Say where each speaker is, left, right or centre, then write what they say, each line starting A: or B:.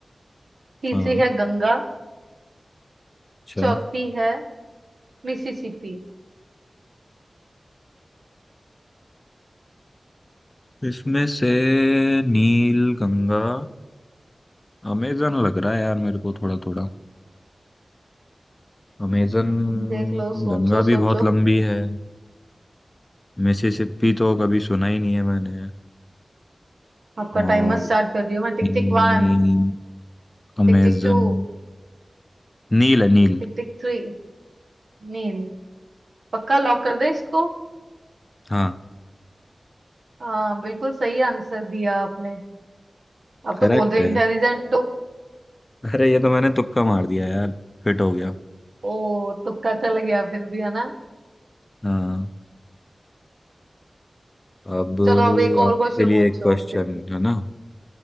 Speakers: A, on the right (about 75°); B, on the left (about 30°).
A: तीसरी
B: हाँ
A: है गंगा
B: अच्छा
A: चौथी है मिसिसिपी
B: इसमें से नील गंगा अमेजन लग रहा है यार मेरे को थोड़ा थोड़ा अमेजन
A: हम्म, देख लो सोचो
B: गंगा भी
A: सोचो
B: बहुत लंबी है मिसिसिपी तो कभी सुना ही नहीं है मैंने
A: आपका
B: और
A: टाइमर स्टार्ट कर रही हूँ मैं Tick
B: नी,
A: tick one
B: अमेजन
A: tick tick two
B: नील है नील
A: tick tick three नील पक्का लॉक कर दें इसको
B: हाँ
A: हाँ बिल्कुल सही आंसर दिया आपने अब
B: करेक्ट
A: तो बोल रहे
B: है
A: इंटेलिजेंट हो
B: अरे ये तो मैंने तुक्का मार दिया यार फिट हो गया
A: ओ तुक्का चल गया फिर भी है ना
B: हाँ अब
A: चलो अब एक और
B: आपके
A: क्वेश्चन
B: लिए
A: पूछो
B: एक क्वेश्चन
A: फिर
B: है ना